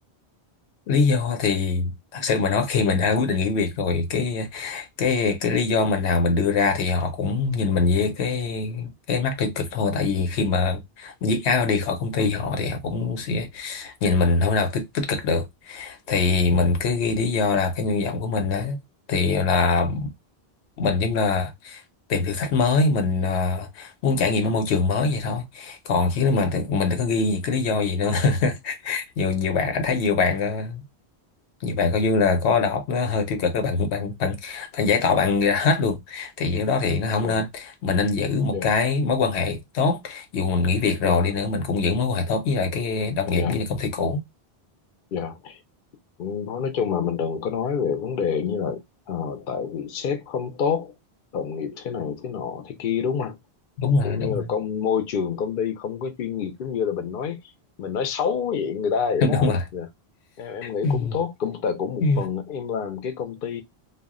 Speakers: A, on the left; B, on the left.
A: lý do thì thật sự mà nói khi mình đã quyết định nghỉ việc rồi cái cái cái lý do mình nào mình đưa ra thì họ cũng nhìn mình với cái cái mắt tiêu cực thôi tại vì khi mà viết áo đi khỏi công ty họ thì họ cũng sẽ nhìn mình không nào tích, tích cực được thì mình cứ ghi lý do là cái nguyện vọng của mình đó thì là mình giống là tìm thử thách mới mình ờ, muốn trải nghiệm ở môi trường mới vậy thôi còn chứ
B: dạ
A: mình mình đừng có ghi những cái lý do gì nữa <laughs> nhiều nhiều bạn anh thấy nhiều bạn ờ, nhiều bạn coi như là có đầu óc nó hơi tiêu cực các bạn bạn bạn bạn giải tỏa bạn ra hết luôn thì điều đó thì nó không
B: dạ
A: nên mình nên giữ một
B: dạ
A: cái mối quan hệ tốt dù mình nghỉ việc rồi
B: dạ
A: đi nữa mình cũng giữ mối quan hệ tốt với lại cái đồng nghiệp
B: dạ
A: với lại công ty cũ
B: dạ nói nói chung là mình đừng có nói về vấn đề như là ờ, tại vì sếp không tốt đồng nghiệp thế này thế nọ thế kia đúng không
A: đúng rồi
B: kiểu
A: đúng
B: như là
A: rồi
B: công môi trường công ty không có chuyên nghiệp giống như là mình nói mình nói xấu vậy người ta vậy
A: <laughs>
B: đó
A: đúng
B: anh
A: rồi
B: Dạ. em em nghĩ
A: ừ,
B: cũng tốt cũng tại cũng một
A: ừ,
B: phần em làm cái công ty